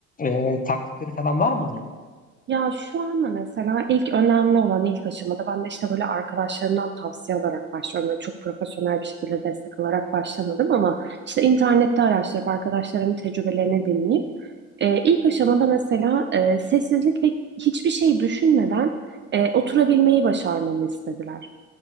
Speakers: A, on the left (about 20°); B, on the right (about 25°).
A: e, taktikleri falan var mı onun?
B: Ya şu anda mesela ilk önemli olan ilk aşamada ben de işte böyle arkadaşlarımdan tavsiye alarak başlıyorum. Böyle çok profesyonel bir şekilde destek alarak başlamadım ama işte internette araştırıp arkadaşlarımın tecrübelerini dinleyip e, ilk aşamada mesela e, sessizlik ve hiçbir şey düşünmeden e, oturabilmeyi başarmamı istediler.